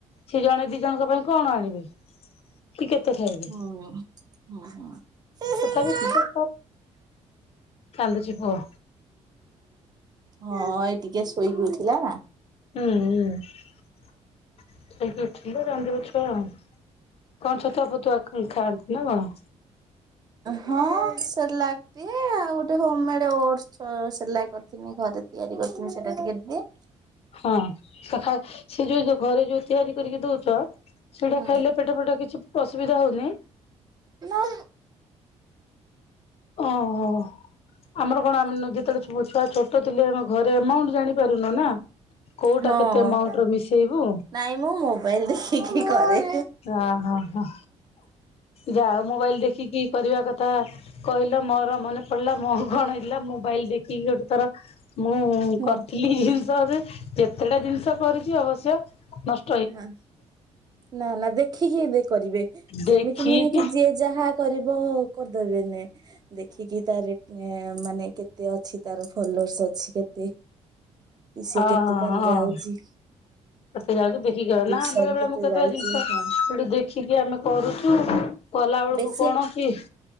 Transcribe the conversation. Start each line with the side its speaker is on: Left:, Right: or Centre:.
Left: ସେ ଜଣେ ଦି ଜଣଙ୍କ ପାଇଁ କଣ ଆଣିବେ? କି କେତେ ଖାଇବେ
Right: ହୁଁ ହୁଁ
Left: ତଥାପି କାନ୍ଦୁଛି ପୁଅ।
Right: ହଁ ଏଇ ଟିକେ ଶୋଇକି ଉଠିଲା ଆ
Left: ହୁଁ, ଉ ସୋଇକି ଉଠିଲେ ରନ୍ଦୀବେ ଛୁଆ ଆଉ। କଣ ଛତୁଆ ଫତୁଆ ଖାଆନ୍ତି ନା କଣ?
Right: ହଁ, ସେର୍ଲାକ ତି ଆଉ ଗୋଟେ ହୋମ୍ ମେଡ୍ ଓଡସ ସେରଲାକ୍ କରିଥିଲି ଘରେ ତିଆରି କରିଥିଲି ସେଇଟା ଟିକେ ଦିଏ।
Left: ହଁ ସକାଳ ସେ ଯୋଉ ଯୋଉ ଘରେ ଯୋଉ ତିଆରି କରିକି ଦଉଛ ସେଇଟା
Right: ହଁ
Left: ଖାଇଲେ ପେଟ ଫେଟ କିଛି ଅସୁବିଧା ହଉନି?
Right: ନାଁ
Left: ଓହୋ ଆମର କଣ ଆମେ ଆଣିନୁକି ଯେତେବେଳେ ଛୁଆ ଛୋଟ ଥିଲେ ଆମେ ଘରେ ଆମାଉଣ୍ଟ ଜାଣି ପାରୁନ ନା କୋଉଟା
Right: ହଁ।
Left: କେତେ ଏମାଉଣ୍ଟ ର ମିଶେଇବୁ
Right: ନାଇଁ ମୁଁ ମୋବାଇଲ ଦେଖିକି କରେ।
Left: ଓହ ହ ଯା ହଉ ମୋବାଇଲ ଦେଖିକି କରିବା କଥା କହିଲା ମୋର ମନେ ପଡିଲା ମୋ କଣ ହେଲା ମୋବାଇଲ ଦେଖିକି ଗୋଟେ ଥର ମୁଁ
Right: ନା
Left: କରିଥିଲି ଜିନିଷ ଯେ କେତେଟା ଜିନିଷ କରିଛି ଅବଶ୍ୟ ନଷ
Right: ହଁ ନା ନା ଦେଖିକି କରିବେ ସେମିତି
Left: ଦେଖିକି
Right: ନୁହେଁ କି
Left: ହଁ
Right: ଯିଏ ଯାହା କରିବ କରିଦେବେ ନି ଦେଖିକି ତାରେ ଏ ମାନେ କେତେ ଅଛି ତାର ଫଲର୍ସ ଅଛି କେତେ? ସେ
Left: ହଁ।
Right: କେତେତାର ଯାଉଚି?
Left: କେତେ ଯଲଦି ଦେଖିକି ନା
Right: ସବୁ
Left: ବେଳେ ବେଳେ ମୁଁ କେତେ
Right: ଯାଉଛି
Left: ଜିନିଷ
Right: ହଁ
Left: ଦେଖି ଟିକେ ଆମେ କରୁଚୁ କଲା ବେଳକୁ
Right: ବେଶୀ
Left: କଣ କି